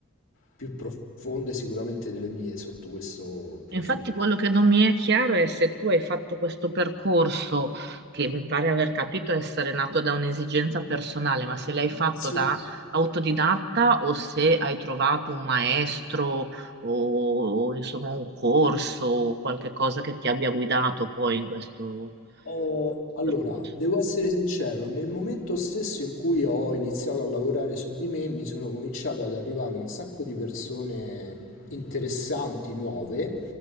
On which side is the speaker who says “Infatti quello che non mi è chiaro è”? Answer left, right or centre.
Right